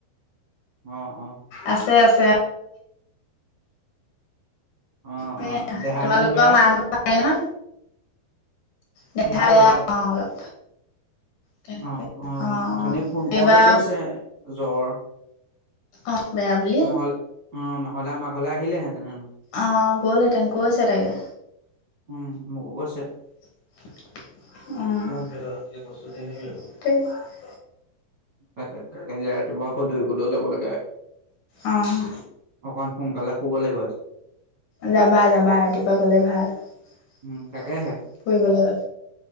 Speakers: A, on the right; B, on the left.
A: অ, অ।
B: আছে, আছে।
A: অ',
B: সেয়া
A: অ' দেহা
B: তোমালোকৰ
A: হেনো বেয়া।
B: <inaudible> নহয়। দেহা
A: ভাল
B: বেয়া
A: ভাল।
B: অহ' অলপ। তেনেকে
A: অ', অ'
B: অঁ
A: অথনি ফোন কৰোতে
B: এইবাৰ
A: কৈছে জ্বৰ।
B: অ' বেয়া বুলি
A: নহ'লে অ' নহ'লে আমাৰ ঘৰলে আহিলে হেতেনেহেনো।
B: অ' গ'লহেঁতেন কৈছে তাকে।
A: উম, মোকো কৈছে
B: উম।
A: এ তাকে তাকে কাইলে ৰাতিপুৱা আকৌ দৌৰিবলৈও যাব লাগে।
B: অঁহ।
A: অকণমান সোনকালে শুব লাগিব আজি।
B: যাবা, যাবা ৰাতিপুৱা গ'লে ভাল
A: উম, তাকেহে
B: ফুৰিবলৈ